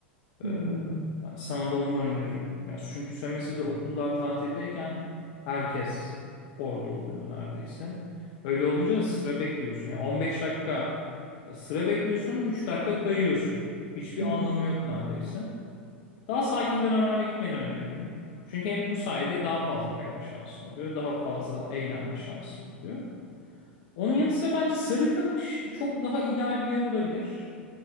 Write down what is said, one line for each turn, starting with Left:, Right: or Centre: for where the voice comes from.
Right: Hmm.
Left: Ee, yani sana da onu öneririm. Yani çünkü sömestrde okullar tatildeyken herkes orada oluyor neredeyse. Öyle olunca da sıra bekliyorsun. Yani 15 dakika sıra bekliyorsun, 3 dakika kayıyorsun. Hiçbir
Right: Hı
Left: anlamı
Right: hı.
Left: yok neredeyse. Daha sakin dönemlerde gitmeni öneririm. Çünkü hem bu sayede daha fazla kayma şansın oluyor, daha fazla eğlenme şansın oluyor. Onun yanı sıra bence Sarıkamış çok daha ideal bir yer olabilir.